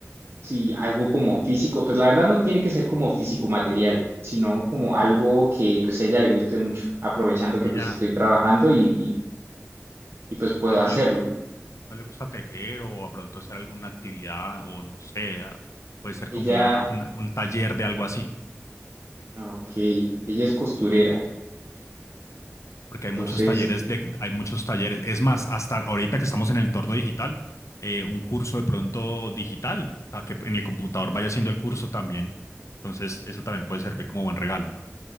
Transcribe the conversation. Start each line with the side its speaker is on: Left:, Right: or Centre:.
Right: si algo como físico, pues la verdad no tiene que ser como físico material, sino como algo que pues a ella le guste mucho, aprovechando que
Left: Ella,
Right: pues estoy trabajando y, y, y pues puedo
Left: a ella
Right: hacerlo.
Left: no le, no le gusta tejer o a pronto hacer alguna actividad o no sé, a- puede ser
Right: Ella,
Left: como una, una- un taller de algo así,
Right: ok, ella es costurera,
Left: porque hay
Right: entonces...
Left: muchos talleres de, hay muchos talleres. Es más, hasta ahorita que estamos en el entorno digital, eh, un curso de pronto digital, para que en el computador vaya haciendo el curso también. Entonces, eso también puede servir como buen regalo.